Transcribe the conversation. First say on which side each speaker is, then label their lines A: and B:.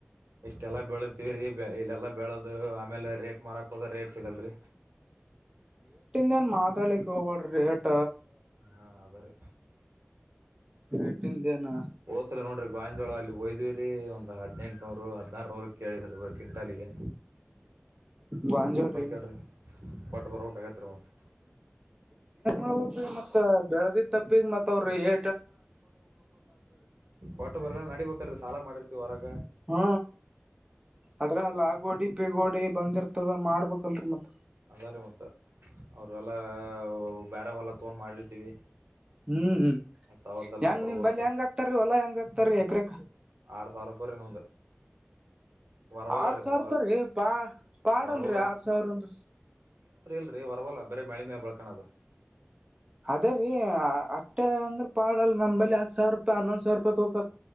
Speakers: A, on the right; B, on the right.
A: ಇಷ್ಟೆಲ್ಲಾ ಬೆಳತವಿ ರೀ ಇಲ್ಲೆಲ್ಲಾ ಬೆಳದ ಅದು ಆಮೇಲೆ ರೇಟ್ ಮಾರಕ್ ಹೋದ ರೇಟ್ ಸಿಗಲ್ರಿ
B: ನ್ ಮಾತ್ರಕ್ ಹೋಗಬ್ರ ರೇಟ್
A: ಹಾ ಅದಾರೀ
B: ರೇಟಿಂದ ಏನ್
A: ಹೋಸಲ ನೋಡ್ರಿ ಗಾಂಜೋಳ ಅಲ್ಲಿ ಹೋಯ್ದ್ವಿ್ರರಿ ಒಂದ್ ಹದ್ನೆಂಟನೂರು ಹದ್ನಾರ ನೂರ್ ಕೇಳಿದ್ರಿ ಅವರ್ ಕಿಂಟಾಲಿಗೆ
B: ಗಂಜೋಳ್ರಿರ್
A: ಹೇಳ್ರಿ ಕೊಟ್ಟ ಬರ್ಬೇಕಾಗತ್ರಿ ಮತ್ತೆ
B: ನೋಡ್ಬ ಮತ್ತತ್ ಬೆಳದಿ ತಪ್ಪಿದ ಮತ್ ಅವ್ರರು ಏ
A: ಪೋಟ ಬರ ನಡಿಬೇಕಲ್ ಸಾಲ ಮಾಡಿರ್ ರ
B: ಹ್ಮ ಅದ್ರ ಅಲ್ಲ ಆಗೋಡಿ ಪಿಗೋಡಿ ಬಂದಿರ್ತದ ಮಾಡ್ಬೇಕಲ್ರರಿ ಮತ್ತ
A: ಅದಾರೆ ಮತ್ತ ಅವ್ರ ಎಲ್ಲ ಬೇರ ಹೂಲ್ಲ ತಗೊಂಡ್ ಮಾಡಿರ್ತೀವಿ
B: ಹ್ಮ್ ಹ್ಮ್
A: ಮತ್ತು ಅವ್ರದ್ದೆಲ್ಲ
B: ಹೆಂಗ್
A: ಕೊಡ್ಬೇಕು
B: ನಿಮ್ ಬಲ್ಲಿ ಹೆಂಗ ಆಗ್ತಾರೀ ಹೊಲ ಹೆಂಗ ಆಕ್ತಾರ ಎಗ್ರಕ
A: ಆರು ಸಾವಿರ ರೂಪಾಯಿ ರೀ ನಮ್ದು ವರವಲ
B: ಆರ್
A: ರೀ
B: ಸಾವಿರಪರೀ
A: ವರವಲ
B: ಪಾ ಪಾಡಲ್ರಿ
A: ವರವಲ
B: ಆರ್ ಸಾವಿರ ಅಂದು
A: ಲೀ ಹೊರವಲ್ಲ ಬರ ಮಳ ಮೆ ಬಳ್ಕಣದು
B: ಅದೇ ರೀ ಅಟ್ಟೆ ಅಂದ್ರ ಪಾಡಲ್ ನಮ್ಮಳ ಹತ್ ಸಾವಿರ ರೂಪಾಯಿ ಹನ್ನೊಂದ್ ಸಾವಿರ ರೂಪಾಯಿ ತೊಕ